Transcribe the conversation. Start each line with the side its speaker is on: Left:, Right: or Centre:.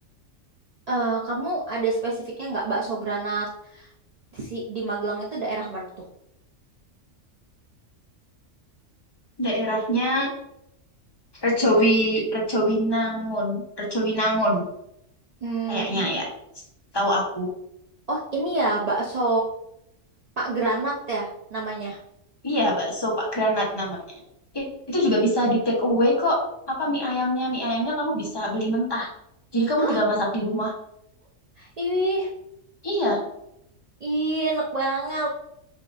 Right: Eh, kamu ada spesifiknya nggak bakso granat si di Magelang itu daerah mana tuh?
Left: Daerahnya Rejowi, Rejowinangun, Rejowinangun
Right: Hmm.
Left: kayaknya ya. Tahu aku.
Right: Oh ini ya bakso Pak Granat ya namanya.
Left: Iya, bakso Pak Granat namanya. I- Itu juga bisa di take away kok. Apa mie ayamnya? Mie ayamnya kamu bisa beli mentah. Jadi kamu
Right: Hah?
Left: tinggal masak di rumah.
Right: Ih,
Left: Iya.
Right: ih enak banget.